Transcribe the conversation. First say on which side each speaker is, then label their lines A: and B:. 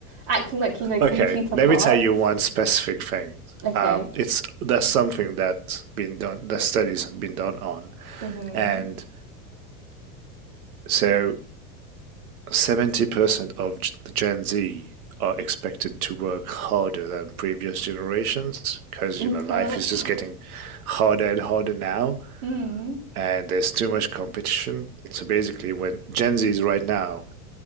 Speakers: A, on the right (about 50°); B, on the right (about 80°).
A: acting like you know computer
B: Okay. Let
A: parts.
B: me tell you one specific thing.
A: Okay.
B: Um, it's that's something that's been done. The studies have been done on,
A: Mhm.
B: and so seventy percent of the Gen Z are expected to work harder than previous generations because
A: Okay.
B: you know life is
A: <laughs>
B: just getting harder and harder now.
A: Mm.
B: and there's too much competition. So basically, when Gen Zs right now